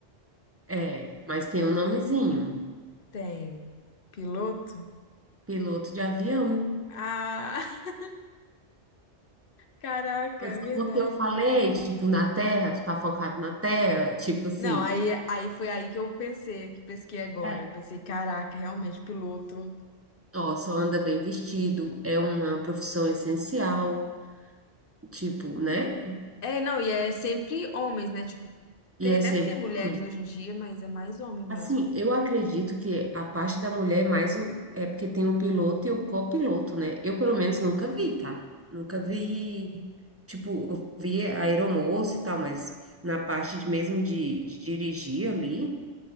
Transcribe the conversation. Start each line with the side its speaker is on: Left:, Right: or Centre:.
Right: É, mas tem um nomezinho,
Left: Tem piloto?
Right: piloto de avião.
Left: Ah, <laughs> caraca,
Right: Mas
Left: é
Right: só
Left: verdade.
Right: porque eu falei, tipo, na terra, tu tá focado na terra, tipo assim.
Left: Não, aí, aí foi aí que eu pensei, que pesquei agora.
Right: É,
Left: Eu pensei, caraca, realmente, piloto.
Right: Ó, só anda bem vestido, é uma profissão essencial, tipo, né?
Left: É, não, e é sempre homens, né? Tipo, tem,
Right: E é
Left: deve
Right: sempre
Left: ter mulheres
Right: homem.
Left: hoje em dia, mas é mais homem mesmo.
Right: Assim, eu acredito que a parte da mulher é mais o. É porque tem o piloto e o copiloto, né? Eu, pelo menos, nunca vi, tá? Nunca vi. Tipo, eu vi a aeromoça e tal, mas na parte de- mesmo de, de dirigir ali,